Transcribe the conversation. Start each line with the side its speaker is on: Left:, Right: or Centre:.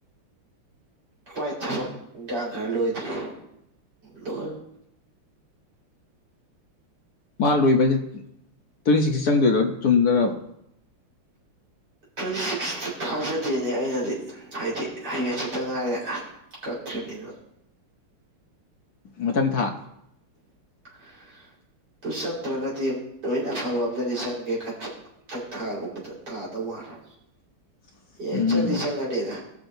Right: ꯍꯣꯏ ꯊꯕꯛ ꯏꯟꯈꯥꯡ ꯈꯔ ꯂꯣꯏꯗ꯭ꯔꯤ ꯂꯣꯢꯔ
Left: ꯃꯥ ꯂꯣꯏꯕꯁꯦ ꯇ꯭ꯋꯦꯟꯇꯤ ꯁꯤꯛꯁꯇ ꯆꯪꯗꯣꯏꯔꯣ ꯆꯨꯝꯗꯣꯢꯔꯕ
Right: ꯇ꯭ꯋꯦꯟꯇꯤ ꯁꯤꯛꯁꯇꯤ ꯊꯥꯖꯗꯦꯅꯦ ꯑꯩꯅꯗꯤ ꯍꯥꯏꯗꯤ ꯍꯌꯦꯡ ꯍꯪꯆꯤꯠꯇ ꯉꯥꯏꯔꯦ ꯀꯛꯇ꯭ꯔꯤꯕꯅꯤꯅ
Left: ꯃꯊꯪ ꯊꯥ
Right: <inaudible> ꯑꯗꯨ ꯆꯪꯗ꯭ꯔꯒꯗꯤ ꯅꯨꯃꯤꯠ ꯑꯐꯕ ꯑꯝꯗꯗꯤ ꯆꯪꯒꯦ ꯈꯟꯕ ꯃꯊꯪ ꯊꯥꯒꯨꯝꯕꯗ ꯇꯥꯗꯧ ꯃꯥꯜꯂꯦ
Left: <inaudible>
Right: ꯑꯦ
Left: ꯎꯝ
Right: ꯆꯪꯗꯤ ꯆꯪꯉꯅꯤꯗ